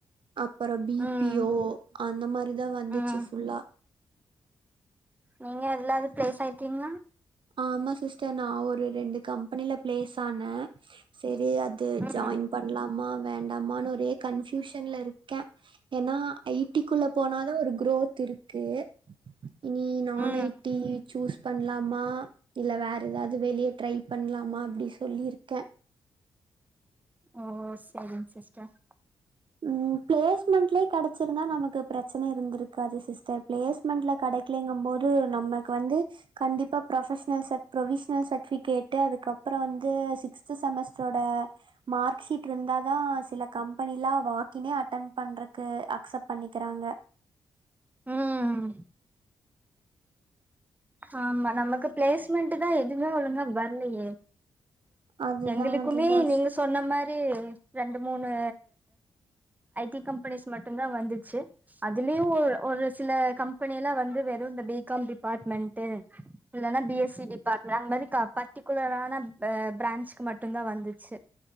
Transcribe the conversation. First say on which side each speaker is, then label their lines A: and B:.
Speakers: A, on the right (about 55°); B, on the right (about 15°).
A: அப்றோ பி
B: ம்
A: பி ஓ அந்த மாரி தா வந்துச்சு
B: ம்
A: ஃபுல்லா
B: நீங்க எதலாது ப்ளேஸ் ஆயிர்கீங்ளா
A: ஆமா சிஸ்டர் நா ஒரு ரெண்டு கம்பெனில ப்ளேஸான செரி அது
B: ம்
A: ஜாய்ன் பண்லாமா வேண்டாமானு ஒரே கன்ஃயூஷன்ல இருக்கே ஏனா ஐ டி க்குள்ள போனாதா ஒரு குரோத் இருக்கு இனி நான்
B: ம்
A: ஐ டி சூஸ் பண்ணலாமா இல்ல வேற எதாவ்து வெளிய ட்ரை பண்லா மா அப்டி சொல்லியிருக்கே
B: ஓ செரிங் சிஸ்டர்
A: ம் பிளேஸ்மெண்ட்லயே கெடச்சிருந்தா நமக்கு பிரச்சன இருந்திருக்காது சிஸ் டர் பிளேஸ்மெண்ட்ல கடைக்லிங்கம் போது நமக்கு வந்து கண்டிப்பா ப்ரொஃபஷனல் ச ப்ரொவிஷ்னல் சர்டிபிகேட் டு அதுக்கப்ற வந்து சிக்ஸ்த் செமஸ்ட்ரோட மார்க் ஷீட் இருந்தாதா சில கம்பெனிலா வாக்கினே அட்டென் பண்றக்கு அக்செப்ட் பண்ணிக்கிறாங்க
B: ம் ஆமா நமக்கு பிளேஸ்மெண்ட் தா எதுவுமே ஒழுங்கா வர்லையே
A: அதுதா
B: எங்களுக்குமே
A: அதுதா
B: நீங்க சொன்ன மாரி ரெண்டு மூணு ஐ டீ கம்பெனிஸ் மட்டும்தா வந்துச்சு அதுலயு ஒ ஒரு சில கம்பெனி எல்லா வந்து வெறும் இந்த பி. காம் டிபாட்மெண்ட்டு இல்லனா பி. எஸ்சி டிபார்ட்மெண்ட் அந்த மாதிரி பர்டிகுலரான பிரான்ச்க்கு மட்டுதா வந்துச்சு